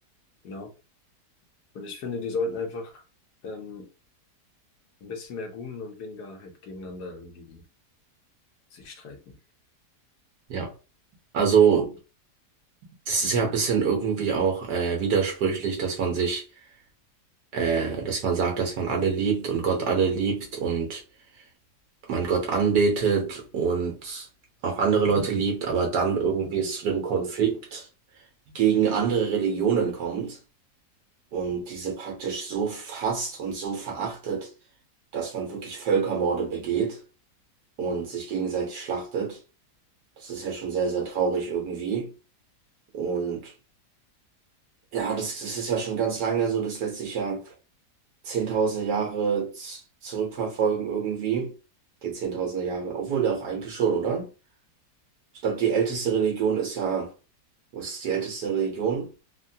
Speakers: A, on the left (about 75°); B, on the right (about 75°).
A: Genau. Und ich finde, die sollten einfach ähm, Ein bisschen mehr Gun und weniger halt gegeneinander irgendwie sich streiten.
B: Ja. Also, das ist ja ein bisschen irgendwie auch äh, widersprüchlich, dass man sich, äh, dass man sagt, dass man alle liebt und Gott alle liebt und man Gott anbetet und auch andere Leute liebt, aber dann irgendwie es zu dem Konflikt gegen andere Religionen kommt und diese praktisch so fasst und so verachtet, dass man wirklich Völkermorde begeht. und sich gegenseitig schlachtet. Das ist ja schon sehr, sehr traurig irgendwie. Und ja, das, das ist ja schon ganz lange so, das lässt sich ja zehntausende Jahre z- zurückverfolgen irgendwie. Geht zehntausende Jahre, obwohl da auch eigentlich schon, oder? Ich glaube, die älteste Religion ist ja, was ist die älteste Religion?